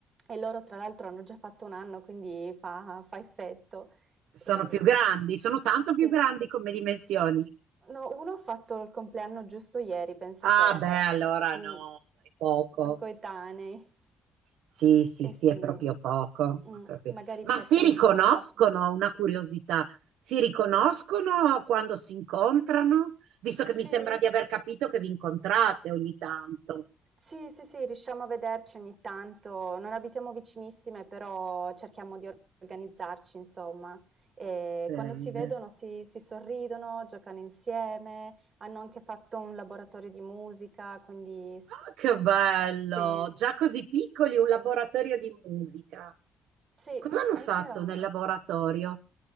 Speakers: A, on the right; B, on the right.
A: e loro tra l'altro hanno già fatto 1 anno, quindi fa fa effetto.
B: Sono
A: Ehm,
B: più grandi, sono tanto
A: sì.
B: più grandi come dimensioni.
A: No, uno ho fatto il compleanno giusto ieri, pensa
B: Ah
A: te.
B: beh, allora
A: Mh,
B: no, sai poco.
A: s son coetanei.
B: Sì, sì,
A: Eh
B: sì,
A: sì.
B: è proprio poco.
A: Mh,
B: è proprio-
A: magari
B: Ma
A: portiamo
B: si riconoscono,
A: i giochi.
B: una curiosità, si riconoscono quando si incontrano? Visto che mi
A: Sì.
B: sembra di aver capito che vi incontrate ogni tanto.
A: Sì, sì, sì, riusciamo a vederci ogni tanto. Non abitiamo vicinissime, però cerchiamo di organizzarci, insomma. E
B: Bene.
A: quando si vedono si si sorridono, giocano insieme, hanno anche fatto un laboratorio di musica, quindi s
B: Ah,
A: mhmm,
B: che bello!
A: sì.
B: Già così piccoli, un laboratorio di musica.
A: Sì,
B: Cosa hanno
A: anch'io.
B: fatto nel laboratorio?